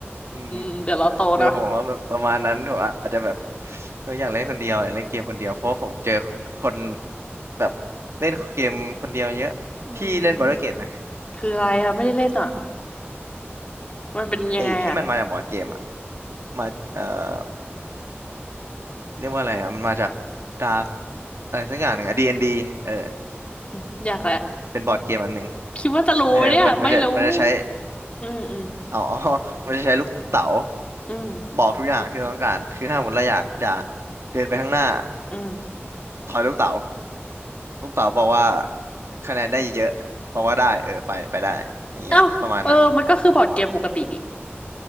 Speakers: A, on the right; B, on the left.
A: อืม
B: อืมเดี๋ยวรอโตนะ
A: เดี๋ยวผมว่าแบบประมาณนั้นผมอาจจะแบบเอออยากเล่นคนเดียวอยากเล่นเกมคนเดียวเพราะว่าผมเจอคนแบบเล่นเกมคนเดียวเยอะพี่เล่นบอร์ดเกมไหม
B: <laughs> อืมคืออะไรอ่ะไม่ได้เล่นอ่ะมันเป็นยังไงอ่ะ
A: ไอ้ที่มันมาจากบอร์ดเกมอ่ะมาเอ่อเรียกว่าอะไรอ่ะมันมาจากดาร์กอะไรสักอย่างหนึ่งอะดีเอ็นดีเออ
B: อืมอยากแหละ
A: เป็นบอร์ดเกมอันหนึ่ง
B: คิดว่าจะรู้ไหมเนี่ยไม่รู้
A: เออมันมันจะมันจะใช้
B: อืมอืม
A: อ๋อ <laughs> มันจะใช้ลูกเต๋า
B: อืม
A: บอกทุกอย่างที่เราต้องการคือถ้าสมมติเราอยากจะเดินไปข้างหน้า
B: อืม
A: ถอยลูกเต๋า ลูกเต๋าบอกว่าคะแนนได้เยอะบอกว่าได้เออไปไปได้อย่างเงี้ยประมาณนั้น
B: เอ้าเออมันก็คือบอร์ดเกมปกตินี่